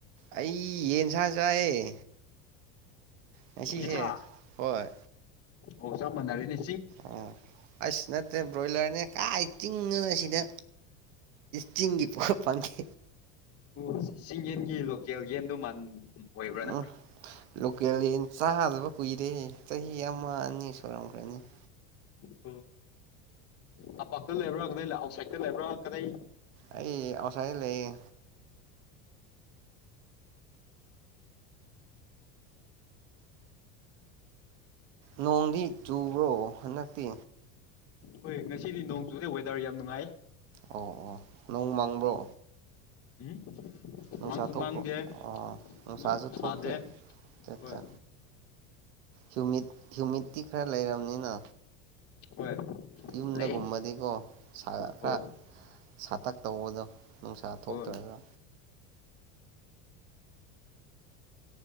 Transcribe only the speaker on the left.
ꯌꯦꯟꯁꯥ
ꯑꯣ ꯆꯞ ꯃꯥꯅꯔꯦꯅꯦ
ꯑꯣ ꯆꯤꯡ ꯌꯦꯟꯒꯤ ꯂꯣꯀꯦꯜ ꯌꯦꯟꯗꯣ ꯃꯥꯟ ꯑꯣꯏꯕ꯭ꯔꯅ
<unintelligible> ꯇꯝꯄꯥꯛꯇ ꯂꯩꯕ꯭ꯔꯥ ꯀꯗꯥꯏ ꯑꯥꯎꯠꯁꯥꯏꯗꯠꯇ ꯂꯩꯕ꯭ꯔꯥ ꯀꯗꯥꯏ
ꯍꯣꯏ ꯉꯁꯤꯗꯤ ꯅꯣꯡ ꯆꯨꯗ ꯋꯦꯗꯔ ꯌꯥꯝ ꯅꯨꯡꯉꯥꯏ
ꯎꯝ
ꯃꯪꯁꯨ
ꯃꯥꯡꯗꯦ
ꯅꯣꯡꯁꯨ ꯁꯥꯗꯦ
ꯍꯣꯏ
ꯍꯣꯏ
ꯂꯩ
ꯍꯣꯏ
ꯍꯣꯏ